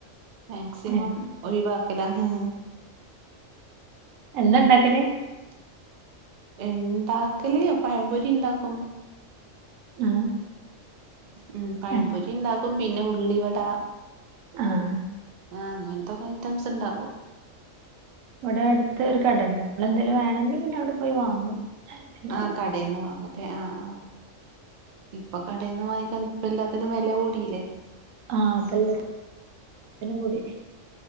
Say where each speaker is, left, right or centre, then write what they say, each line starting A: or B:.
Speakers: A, on the right; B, on the right.
A: മാക്സിമം
B: ഉം.
A: ഒഴവാ തണേ <inaudible>
B: എന്താ ഉണ്ടാക്കല്
A: ഉണ്ടാക്കല് പഴപൊരി ഉണ്ടാക്കും
B: ആ
A: ഉം പഴംപൊരി
B: ആ
A: ഉണ്ടകും പിന്നെ ഉള്ളിവട
B: ആഹ
A: ആഹ അങ്ങനത്തെൊക്കെ ഐറ്റംസ് ഉണ്ടാക്കോ
B: ഇവിടെ അടുത്ത ഒരു കട ഉന്ന നമ്മള എന്തേലും വേണെങ്ക പിന്നെ അവിടെ പോയി വാങ്ങും അല്ലെങ്കിൽ
A: ആഹ കടയിൽന്ന് വാങ്ങും അല്ലേ ആഹ ആ ഇപ്പൊ കടയിൽന്ന് വാങ്ങിക്കതിപ്പ എല്ലാത്തിനും വില കൂടില്ലേ
B: ആഹല്ലും കൂടി